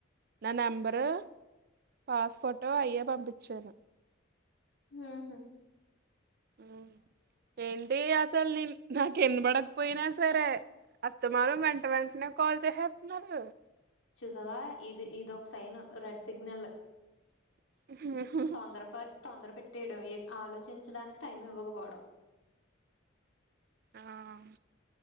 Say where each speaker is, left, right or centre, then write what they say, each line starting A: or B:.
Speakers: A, on the right; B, on the left.
A: నా నెంబరు పాస్పోర్టో అయ్యే పంపిచ్చాను
B: ఉహ్ హా
A: ఉమ్ ఏంటి అసలు నేన్ నాకేన్నీ పడకపోయినా సరే. అత్తమనం వెంట వెంట్నే కాల్ చేహేత్న్నాడు
B: చూసావా ఇది ఇది ఒక సైన్ రెడ్ సిగ్నల్
A: <inaudible>
B: తొందర ప తొందర పెట్ ట్టేయ్డం ఏ ఆలోచించడానిక్ టైం ఇవ్వకపోవడం.
A: ఆహ్